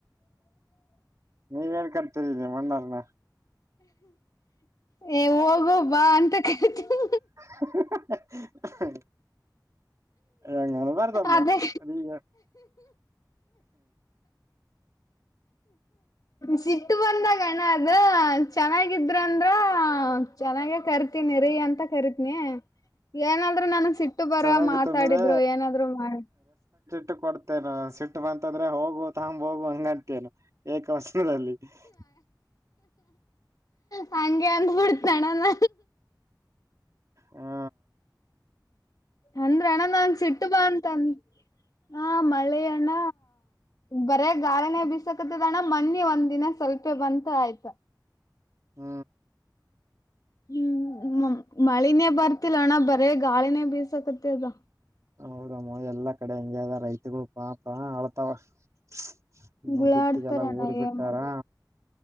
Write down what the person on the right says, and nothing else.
ನೀವ ಕರೀತೀರಿ ನಿಮ್ ಅಣ್ಣವರ್ಣ
<inaudible> ಎಂಗನಲ್ಲರ್ತಮ್ಮ
<inaudible>
ಚೆನ್ನಾಗಿತ್ತು
ಅಂದ್ರೆ
ಟ್ಟ ಕೊಡ್ತೇನು ಸಿಟ್ಟು ಬಂತಂದ್ರೆ ಹೋಗು ತಂಬ್ ಹೋಗು ಹಂಗಂತೇನು ಏಕ ವಚನ <unintelligible>
ಹಾ
ಹ್ಮ
ಹೌದಮ್ಮ ಎಲ್ಲಾ ಕಡೆ ಹೆಂಗಗೆದ ರೈತಗಳು ಪಾಪ ಆಳ್ತಾವ ಹ್ಮ
ಬಿತ್ತಿಗೆಲ್ಲ ಊರ್ ಬಿಟ್ಟಾರಾ